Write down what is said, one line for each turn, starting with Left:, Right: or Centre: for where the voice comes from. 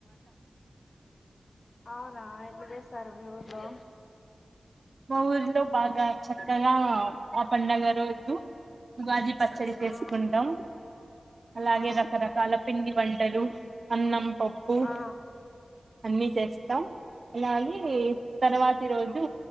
Left: అవునా ఎట్ల జేస్ సారు మీ ఊర్లో
Right: మా ఊర్లో బాగా చక్కగా ఆ పండగ రోజు ఉగాది పచ్చడి చేసుకుంటం,
Left: ఆ
Right: అలాగే
Left: ఆ
Right: రకరకాల పిండి. వంటలు, అన్నం, పప్పు,
Left: ఆ
Right: అన్నీ చేస్తాం. అలాగే తర్వాతి రోజు